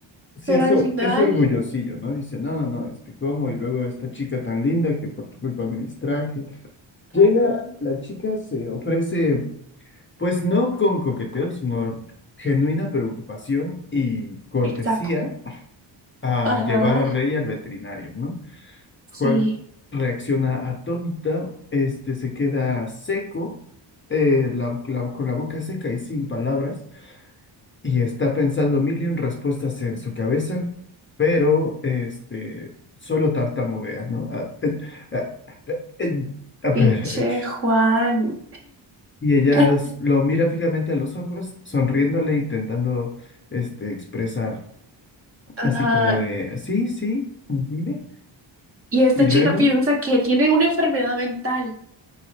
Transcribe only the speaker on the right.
pero
al
final,
ajá,
exacto,
ajá,
sí,
pinche
Juan,
<laughs>
ajá,
y esta
chica piensa que tiene una enfermedad mental,